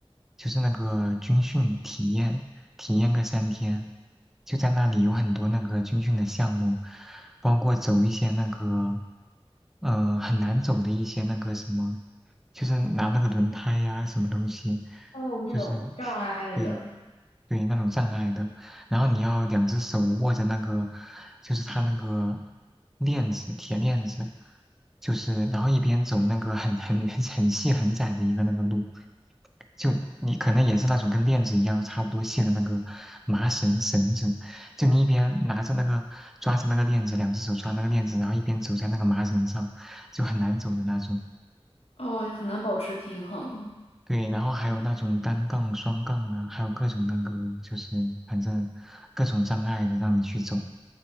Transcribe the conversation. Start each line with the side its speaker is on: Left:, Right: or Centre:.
Centre: 就是那个军训体验，体验个三天，就在那里有很多那个军训的项目，包括走一些那个，嗯、很难走的一些那个什么，就是拿那个轮胎呀、什么东西，
Left: 哦，那种障碍的，
Centre: 就是 <sucks teeth> 对对那种障碍的。然后你要两只手握着那个，就是它那个链子，铁链子，就是然后一边走那个很很 <laughs> 很细很窄的一个那个路，就你可能也是那种跟链子一样差不多细的那个麻绳绳子，就你一边拿着那个抓着那个链子，两只手抓那个链子，然后一边走在那个麻绳上，就很难走的那种。
Left: 哦，很难保持平衡，
Centre: 对，然后还有那种单杠、双杠啊，还有各种那个，就是反正各种障碍的让你去走。